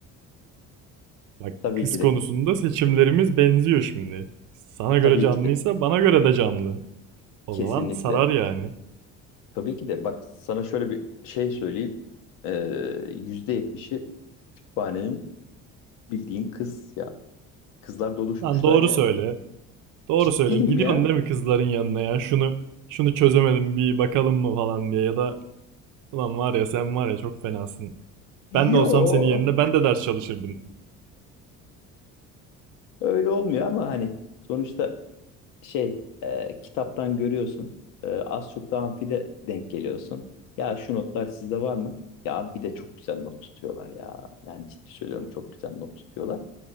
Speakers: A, on the left (about 80°); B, on the right (about 70°).
A: <laughs>
B: Bak
A: Tabii
B: kız
A: ki
B: konusunda
A: de.
B: seçimlerimiz benziyor şimdi. Sana
A: Tabii
B: göre canlıysa
A: ki de.
B: bana göre de canlı. O
A: Kesinlikle.
B: zaman sarar yani.
A: Tabii ki de. Bak sana şöyle bir şey söyleyeyim. Ee, %70'i kütüphanenin bildiğin kız ya. Kızlar doluşmuşlar
B: Lan doğru
A: yani.
B: söyle. Doğru
A: Ciddiyim
B: söyle. Gidiyorsun
A: ya.
B: değil mi kızların yanına ya? Şunu şunu çözemedim bir bakalım mı falan diye ya da ulan var ya sen var ya çok fenasın.
A: Yo
B: Ben de olsam senin yerinde ben de ders çalışırdım.
A: öyle olmuyor ama hani sonuçta şey e, kitaptan görüyorsun. E, az çok da amfide denk geliyorsun. Ya şu notlar sizde var mı? Ya abi bir de çok güzel not tutuyorlar ya. Yani ciddi söylüyorum çok güzel not tutuyorlar.